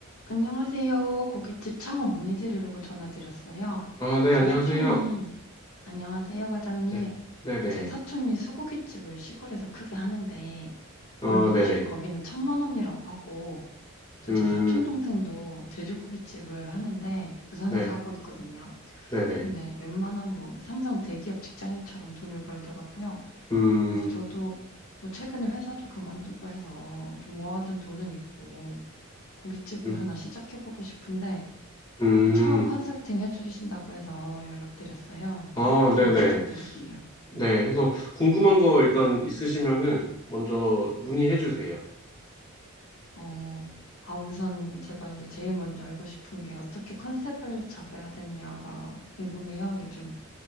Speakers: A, on the left; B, on the left.
A: 안녕하세요. 고깃집 창업 문의드리려고 전화드렸어요.
B: 아, 네,
A: 제
B: 안녕하세요.
A: 사촌이, 안녕하세요, 과장님.
B: 네, 네네.
A: 제 사촌이 수고깃집을 시골에서 크게 하는데,
B: 어,
A: 월 매출이
B: 네네.
A: 거기는 천만 원이라고 하고, 또
B: 음,
A: 제 사촌 동생도 돼지고깃집을 하는데, 부산에서
B: 네,
A: 하고 있거든요.
B: 네네.
A: 근데 웬만한 뭐 삼성 대기업 직장인처럼 돈을 벌더라고요.
B: 음,
A: 그래서 저도 뭐 최근에 회사도 그만두고 해서 좀 모아둔 돈은 있고, 고깃집을
B: 음,
A: 하나 시작해보고 싶은데,
B: 음.
A: 그 창업 컨설팅 해주신다고 해서 연락드렸어요.
B: 아,
A: 상담 좀
B: 네네.
A: 부탁드릴게요.
B: 네, 해서 궁금한 거 일단 있으시면은 먼저 문의해 주세요.
A: 어, 아, 우선 제가 이제 제일 먼저 알고 싶은 게 어떻게 컨셉을 잡아야 되냐가 궁금해요. 요즘